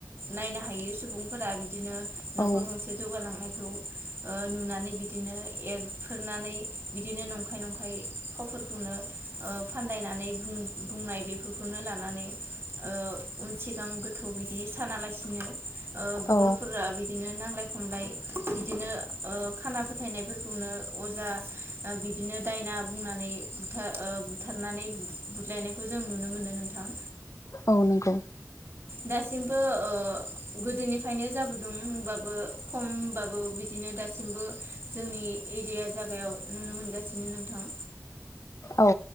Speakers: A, on the right; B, on the left.
A: नायनो हायै सुबुं फोरा बिदिनो
B: औ
A: न'खर गंसे जौगालांनाय ओ नुनानै बिदिनो एरफ्रोरनानै बिदिनो नंखाय नंखाय फावफोरखौनो ओ फान्दायनानै बुं बुंनाय बेफोरखौनो लानानै ओ उन सिगां गोथौ बिदि सानालासिनो ओ बर'फोरा
B: औ
A: बि दिनो नांलाय खमलाय बिदिनो ओ खाना फोथायनायफोरखौनो अजा ओ बिदिनो दायना बुंनानै बुथार ओ बुथारनानै बुद बुदलायनायखौ जों नुनो मोनो नोंथां।
B: औ नंगौ।
A: दासिमबो ओ गोदोनिफायनो जाबुदों होनबाबो खम होनबाबो बिदिनो दासिमबो जोंनि एरिया जागायाव नुनो मोनगासिनो नोंथां।
B: औ